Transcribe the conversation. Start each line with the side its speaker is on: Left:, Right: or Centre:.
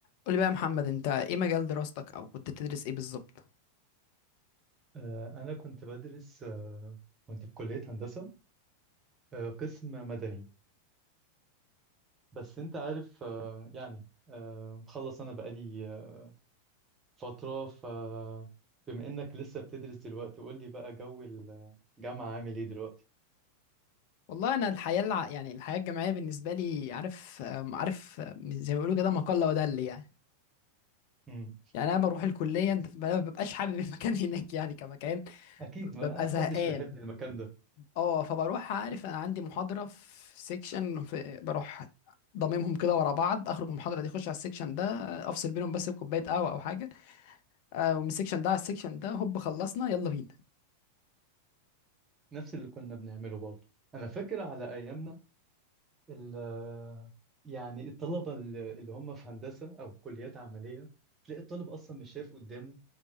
Left: قولي بقى يا محمد انت ايه مجال دراستك او كنت بتدرس ايه بالظبط
Right: آه، أنا كنت بدرس آه، كنت في كلية هندسة آه، قسم مدني بس أنت عارف آه، يعني آه، مخلص أنا بقالي آه، فترة فبما إنك لسه بتدرس دلوقتي قول لي بقى جو الجامعة عامل إيه دلوقتي؟
Left: والله انا الحياه الع... يعني الحياه الجامعيه بالنسبه لي عارف آم، عارف آم، زي ما بيقولوا كده ما قل ودل يعني
Right: مم.
Left: يعني انا بروح الكليه انت ما ببقاش حابب المكان <laughs> هناك يعني كمكان
Right: أكيد
Left: ب-
Right: ما
Left: ببقى زهقان
Right: حدش بيحب المكان ده
Left: اه فبروح عارف انا عندي محاضره في سيكشن في بروح ضممهم كده ورا بعض اخرج من المحاضره دي اخش على السيكشن ده افصل بينهم بس بكوبايه قهوه او حاجه آه، ومن السيكشن ده على السيكشن ده هوب خلصنا يلا بينا
Right: نفس اللي كنا بنعمله برضه أنا فاكر على أيامنا ال يعني الطلبة اللي هم في هندسة أو كليات عملية تلاقي الطالب أصلا مش شايف قدامه